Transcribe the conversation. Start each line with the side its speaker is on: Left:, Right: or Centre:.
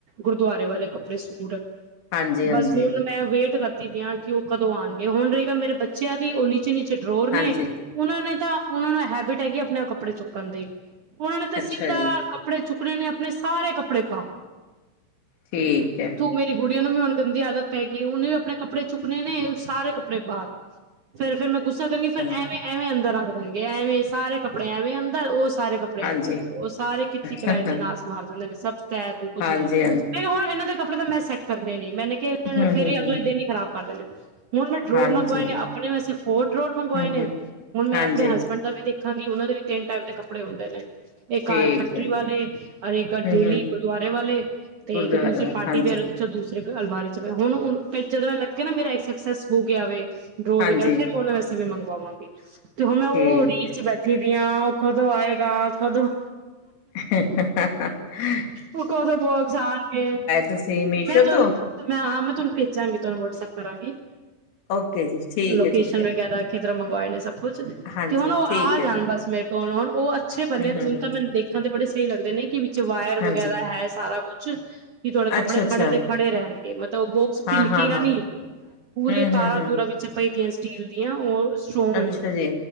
Right: ਗੁਰਦੁਆਰੇ ਵਾਲੇ ਕੱਪੜੇ ਸੂਟ।
Left: ਹਾਂਜੀ ਹਾਂਜੀ
Right: ਬਸ ਹੁਣ ਮੈਂ, ਵੇਟ ਕਰਦੀ ਪਿਆ। ਕਿ, ਉਹ ਕਦੋਂ ਆਉਣਗੇ। ਹੁਣ ਰਹੇਗਾ ਮੇਰੇ ਬੱਚਿਆਂ, ਦੀ ਉਵੀ। ਚੀ, ਨੀਚੇ ਡਰੋਰ
Left: ਹਾਂਜੀ
Right: ਨੇ, ਉਹਨਾਂ ਨੇ ਤਾਂ। ਉਹਨਾਂ ਨੂੰ ਹੈਬਿਟ, ਹੈਗੀ ਆਪਣੇ ਆਪ, ਕੱਪੜੇ ਚੁੱਕਣ ਦੀ। ਉਹਨਾਂ ਨੇ ਤਾਂ
Left: ਅੱਛਾ
Right: ਸਿੱਧਾ,
Left: ਜੀ
Right: ਕੱਪੜੇ ਚੁੱਕਣੇ ਨੇ ਆਪਣੇ। ਸਾਰੇ ਕੱਪੜੇ ਬਾਰ।
Left: ਠੀਕ ਹੈ।
Right: ਤੂੰ ਮੇਰੀ ਗੁੜੀਆਂ ਨੂੰ ਵੀ, ਹੁਣ ਗੰਦੀ ਆਦਤ ਪੈ ਗਈ। ਉਹਨੇ ਵੀ ਆਪਣੇ, ਕੱਪੜੇ ਚੁੱਕਣੇ ਨੇ, ਸਾਰੇ ਕੱਪੜੇ ਬਾਹਰ। ਫੇ ਫੇਰ, ਮੈਂ ਗੁੱਸਾ ਕਰਗੀ।
Left: ਅੱਛਾ
Right: ਫੇਰ ਐਵੇਂ, ਐਵੇਂ, ਅੰਦਰ ਰੱਖ ਦੇਣਗੇ। ਐਵੇਂ ਸਾਰੇ ਕੱਪੜੇ, ਐਵੇਂ ਅੰਦਰ, ਉਹ ਸਾਰੇ ਕੱਪੜੇ।
Left: ਹਾਂਜੀ
Right: ਮ ਉਹ ਸਾਰੇ, ਕਿੱਤੇ
Left: ਹਾਂਜੀ
Right: ਕਿਰਾਏ ਚ, ਨਾਸ ਮਾਰ ਦਿੰਦੇ ਨੇ। ਸਭ ਤੈ, ਤੂੰ ਕੁਛ
Left: ਹਾਂਜੀ
Right: ਨੀ, ਨਹੀਂ ਫ ਹੁਣ ਇਹਨਾਂ ਦੇ। ਕੱਪੜੇ ਤਾਂ ਮੈਂ, ਸੈਟ ਕਰਨੇ ਨੀ। ਮੈਨ ਕਿਆ,
Left: ਹੂੰ
Right: ਫੇਰ
Left: ਹੂੰ
Right: ਹੀ
Left: ਹੂੰ
Right: ਅਗਲੇ ਦਿਨ ਹੀ, ਖਰਾਬ ਕਰਦੇ ਨੇ। ਹੁਣ ਮੈਂ ਡਰੋਰ
Left: ਹਾਂਜੀ
Right: ਮੰਗਵਾਏ ਨੇ, ਆਪ। ਆਪਣੇ ਵਾਸਤੇ, ਫੋਰ ਡਰੋਰ ਮੰਗਵਾਏ
Left: ਹੂੰ
Right: ਨੇ,
Left: ਹੂੰ
Right: ਹੁਣ ਮੈਂ
Left: ਹਾਂਜੀ
Right: ਆਪਣੇ ਹਸ- ਬਂਡ ਦਾ ਵੀ ਦੇਖਾਂਗੀ। ਉਹਨਾਂ ਦੇ ਵੀ, ਤਿੰਨ ਟਾਈਪ ਦੇ, ਕੱਪੜੇ ਹੁੰਦੇ ਨੇ। ਇਹ ਕਾਰ
Left: ਠੀਕ
Right: ਫੈਕਟਰੀ
Left: ਹੈ
Right: ਵਾਲੇ, ਇੱਕ
Left: ਹੂੰ
Right: ਡੇਲੀ,
Left: ਹੂੰ
Right: ਗੁਰਦੁਆਰੇ ਵਾਲੇ, ਤੇ
Left: ਗੁਰਦੁਆਰਾ
Right: ਇੱਕ ਦੂਸਰੇ ਪਾਰਟੀ
Left: ਹਾਂਜੀ
Right: ਵੇਅਰ। ਦੂਸਰੇ ਅਲਮਾਰੇ ਚ, ਹੁਣ ਜਦੋਂ, ਮੈਂ ਲੱਗਿਆ ਨਾ ਮੇਰਾ ਸੈਕਸਸ ਹੋ ਗਿਆ ਵੇ। ਡਰੋਰ
Left: ਹਾਂਜੀ
Right: ਵਗੈਰਾ, ਫੇਰ ਮੈਂ, ਉਹਨੇ ਵਾਸਤੇ ਵੀ ਮੰਗਵਾਵਾਂਗੀ। ਤੇ ਹੁਣ ਮੈਂ
Left: ਠੀਕ
Right: ਉਹ ਉਡੀਕ
Left: ਹੈ
Right: ਚ ਬੈਠੀ। ਦੀਆਂ। ਉਹ ਕਦੋਂ ਆਏਗਾ, ਕਦੋਂ।
Left: ਹੇ, ਹੇ, ਹ, ਹੇ।
Right: ਉਹ ਕਦੋਂ ਬੁਕਸ ਆੰਣਗੇ।
Left: ਤੁਸੀਂ ਮੀਸ਼ੋ
Right: ਮੈਂ ਤੁਹਾਨੂੰ।
Left: ਤੋਂ
Right: ਤੇ ਮੈਂ, ਹਾਂ, ਮੈਂ ਤੁਹਾਨੂੰ ਭੇਜਾਂਗੀ। ਤੁਹਾਨੂੰ ਵਟਸਐਪ ਕਰਾਂਗੀ।
Left: ਓਕੇ ਜੀ ਠੀਕ
Right: ਲੋਕੇਸ਼ਨ
Left: ਹੈ ਠੀਕ ਹੈ
Right: ਵਗੈਰਾ। ਕਿਧਰੋ ਮੰਗਵਾਏ ਨੇ, ਸਭ ਕੁਛ,
Left: ਹਾਂਜੀ
Right: ਤੇ ਹੁਣ ਉਹ
Left: ਠੀਕ
Right: ਆ
Left: ਹੈ
Right: ਜਾਣ
Left: ਜੀ
Right: ਬਸ। ਮੇਰੇ ਕੋਲ ਆਉਣ। ਉਹ ਅੱਛੇ ਬੰਨੇ,
Left: ਹੂੰ ਹੂੰ
Right: ਹੁਣ
Left: ਹੂੰ
Right: ਤਾਂ ਮੈਨੂੰ ਦੇਖਣ ਤੇ, ਬੜੇ ਸਹੀ ਲੱਗਦੇ ਨੇ। ਵਿਚ ਵਾਇਰ
Left: ਹਾਂਜੀ
Right: ਵਗੈਰਾ ਹੈ। ਸਾਰਾ ਕੁਛ, ਵੀ ਤੁਹਾਡੇ ਕੱਪੜੇ
Left: ਅੱਛਾ ਅੱਛਾ
Right: ਖੜੇ ਤੇ ਖੜੇ ਰਹਿਣਗੇ। ਮਤਲਬ ਉਹ ਬਹੁ।
Left: ਹਾਂ
Right: ਤਿਲਕੀ
Left: ਹਾਂ ਹਾਂ
Right: ਦਾ ਨੀ। ਪੂਰੇ
Left: ਹੂੰ
Right: ਤਾਰਾਂ-
Left: ਹੂੰ ਹੂੰ
Right: ਤੂਰਾਂ, ਵਿੱਚ ਪਈਦੀਆਂ, ਨੇ ਸਟੀਲ ਦੀਆਂ। ਉਹ। ਸਟਰੋਂਗ
Left: ਅੱਛਾ
Right: ਨੇ।
Left: ਜੀ